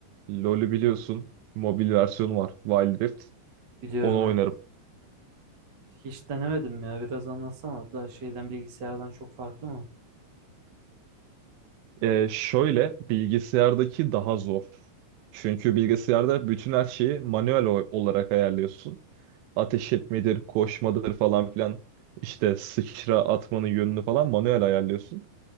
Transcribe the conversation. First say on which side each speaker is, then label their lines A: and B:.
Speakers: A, on the right; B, on the right.
A: LoL'ü biliyorsun. Mobil versiyonu var Wild Rift.
B: Biliyorum
A: Onu
B: evet.
A: oynarım.
B: Hiç denemedim ya. Biraz anlatsana da şeyden bilgisayardan çok farklı mı?
A: Ee, şöyle bilgisayardaki daha zor. Çünkü bilgisayarda bütün her şeyi manuel o- olarak ayarlıyorsun. Ateş etmedir, koşmadır falan filan. İşte sıçra atmanın yönünü falan manuel ayarlıyorsun.